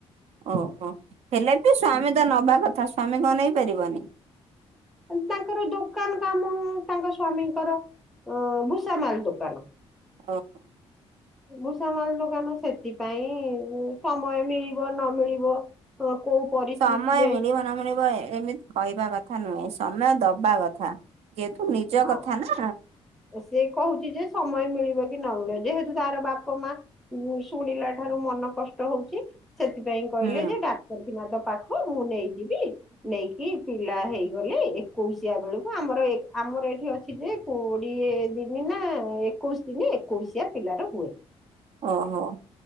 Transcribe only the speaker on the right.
ଓହୋ ହେଲେତ ସ୍ଵାମୀ ତ ନବା କଥା ସ୍ଵାମୀ କଣ ନେଇ ପାରିବନି?
ଓହୋ।
ସମୟ ମିଳିବ ନ ମିଳିବ ଏମିତି କହିବା କ ଥା ନୁହେଁ ସମୟ ଦବା କଥା।
ଯେହେତୁ ନିଜ
କଥା ନା
ହୁଁ
ଓ ହୋ ।